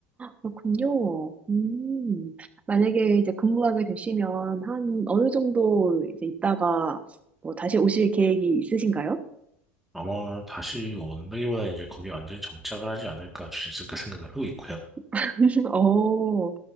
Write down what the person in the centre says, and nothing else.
아마 다시 온다기보다는 이제 거기 완전히 정착을 하지 않을까 조심스럽게 <laughs> 생각을 하고 있고요.